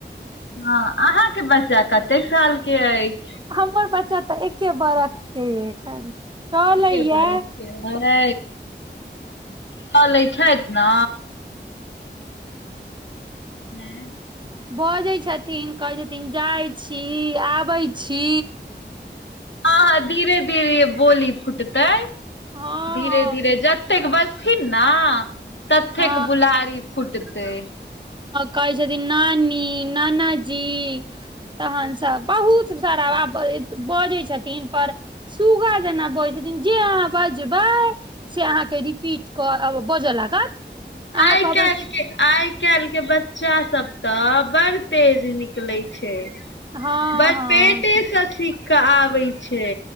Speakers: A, on the left (about 75°); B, on the right (about 25°).
A: हँ अहाँके बच्चा कतेक साल के अछि
B: हमर बच्चा तऽ एके बरखके य एखन चलइ
A: एके
B: य
A: बरख के चलै छथि न हँ
B: बजै छथिन कहै छथिन जाइ छी आबै छी
A: आ धीरे धीरे बोली फुटतै
B: हँ
A: धीरे धीरे जत जतेक बजथिन ने ततेक
B: हँ
A: बुलारी फूटतै
B: कह छथि नानी नाना जी तहन सब बहुत शराबा बजै छथिन पर सूग्गा जेना बजै जे अहाँ बजबै से अहाँके रिपीट कर बजऽ लागत अहाँ
A: आइ
B: कहबै
A: काल्हि के आय आ काल्हि के बच्चा सब तऽ बड़ तेज निकले छै
B: हँ
A: बस
B: हँ
A: पेटेसँ सीख कऽ आबै छै